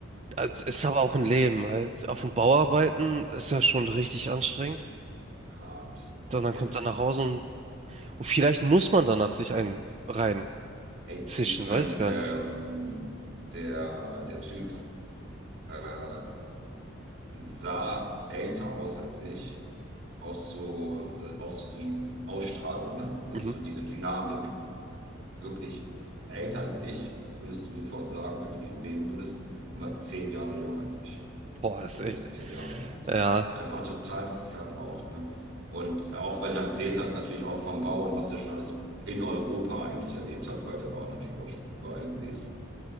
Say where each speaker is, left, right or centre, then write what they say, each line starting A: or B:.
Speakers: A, on the right (about 30°); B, on the right (about 60°).
A: Also, Es ist aber auch ein Leben. halt. Auf dem Bau arbeiten ist ja schon richtig anstrengend.
B: Hart.
A: Dann, dann
B: Der,
A: kommt er nach Hause und, und vielleicht muss man danach sich einen rein
B: ey,
A: zischen,
B: ey, ähm,
A: weiß ich gar
B: ähm,
A: nicht.
B: der, der Typ äh, sah älter aus als ich auch so, auch so die Ausstrahlung, ne? Also
A: Mhm.
B: so diese Dynamik. Wirklich älter als ich, würdest du sofort sagen, wenn du den sehen würdest, und war zehn Jahre jünger als ich.
A: Boah, ist
B: Oder
A: echt,
B: ist zehn Jahre jünger als
A: ja,
B: ich. Einfach total verbraucht, ne? Und auch wenn er erzählt hat, natürlich auch vom Bau und was er schon alles in Europa eigentlich erlebt hat, weil der war natürlich auch schon überall gewesen.